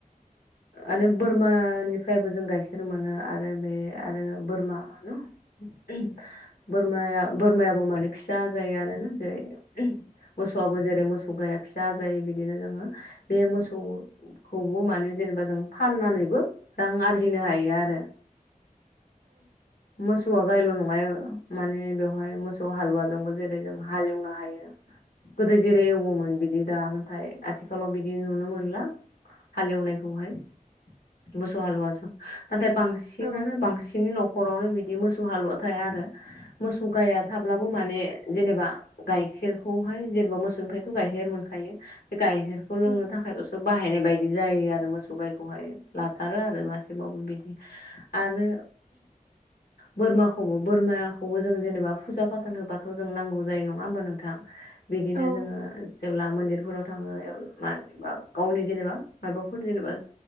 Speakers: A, on the left; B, on the right.
A: आरो बोरमानिफ्रायबो जों गाइखेर मोनो आरो बे आरो बोरमा न उह्म बोरमाया बोरमायाबो माने फिसा आजायो आरोना जेरै उह्म मोसौआबो जेरै मोसौ गाया फिसा आजायो बिदिनो जोङो बे मोसौखौबो माने जों जेनेबा जों फाननानैबो रां आरजिनो हायो आरो
B: <inaudible>
A: मोसौआ गायल' नङा ए माने बेवहाय मोसौ हालुवा जोंबो जेरै जों हालेवनो हायो। गोदो जेरै एवोमोन बिदि दा नाथाय आथिखालाव बिदि नुनो मोनला हालेवनायखौहाय मोसौ हालुवाजों नाथाय बांसिनानो
B: औ
A: बांसिननि न'खरावनो बिदि मोसौ हालुवा थाया आरो मोसौ गाया थाब्लाबो माने जेनेबा गाइखेरखौहाय जेनेबा मोसौनिफ्रायथ' गाइखेर मोनखायो गाइखेरखौ लोंनो
B: औ
A: थाखायल'सो बाहाय। बाहायनाय बायदि जायो आरो मोसौ गायखौहाय लाथारो आरो मासेबाबो बिदि आरो बोरमाखौबो बोरमाखौबो जों जेनेबा फुजा फाथाल होबा थ' जों नांगौ जायो नङा होमबा नोंथां बिदिनो
B: औ
A: जोङो जेब्ला मन्दिफोराव थाङो ओ मानिबा गावनि जेनेबा माबाफोर जेनेबा